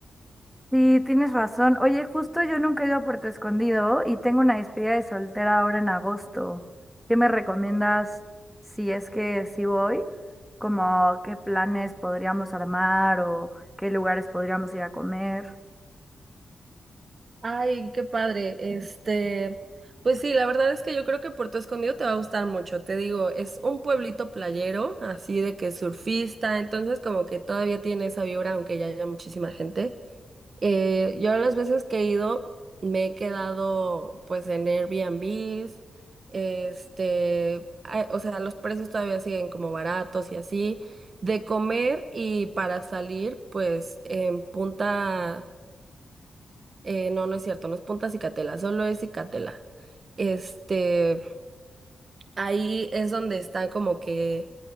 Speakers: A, in the centre; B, on the right.
A: Sí, tienes razón. Oye, justo yo nunca he ido a Puerto Escondido y tengo una despedida de soltera ahora en agosto. ¿Qué me recomiendas si es que sí voy? Como qué planes podríamos armar o qué lugares podríamos ir a comer.
B: Ay, qué padre. Este, pues sí, la verdad es que yo creo que Puerto Escondido te va a gustar mucho. Te digo, es un pueblito playero, así de que surfista, entonces como que todavía tiene esa vibra, aunque ya haya muchísima gente. Eh, yo las veces que he ido me he quedado pues en Airbnbs, este, ah, o sea, los precios todavía siguen como baratos y así. De comer y para salir, pues en Punta, eh, no, no es cierto, no es Punta Cicatela, solo es Cicatela. Este, ahí es donde están como que